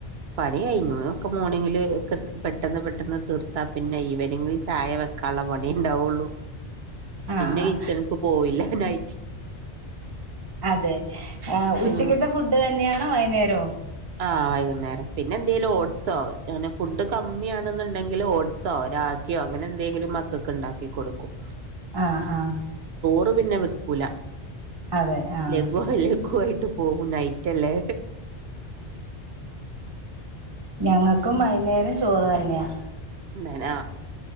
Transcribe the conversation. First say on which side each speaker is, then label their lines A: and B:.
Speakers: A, on the right; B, on the right.
A: പണി കഴിഞ്ഞു അതൊക്കെ ഒക്കെ മോർണിങ്ങില് ഇതൊക്കെ പെട്ടെന്നു പെട്ടെന്നു തീർത്താ പിന്നെ ഈവനിംഗിൽ ചായ വെക്കാനുള്ള പണിയെ ഉണ്ടാവുള്ളു.
B: ആഹ്
A: പിന്നെ കിച്ചണക്ക് പോവില്ല നൈ
B: അതെ ആഹ് ഉച്ചക്കത്തെ
A: ഉം
B: ഫുഡു തന്നെയാണോ വൈന്നേരവും
A: ആഹ് വൈകുന്നേരം പിന്നെ എന്തേലും ഓഡ്സോ അങ്ങനെ ഫുഡ് കമ്മിയാണെന്നുണ്ടെങ്കില് ഓഡ്സോ റാഗിയോ അങ്ങനെ എന്തെങ്കിലും മക്കക്ക് ഉണ്ടാക്കി കൊടുക്കും.
B: ആഹ് ആഹ്
A: ഇപ്പ പിന്നെ വെക്കൂല
B: അതെ ആഹ്
A: ലഘുവ ലഘുവായി പോവും നൈറ്റ് അല്ലെ
B: ഞങ്ങൾക്കും വൈന്നേരംചോറ് തന്നെയാ
A: ഇന്തേനാ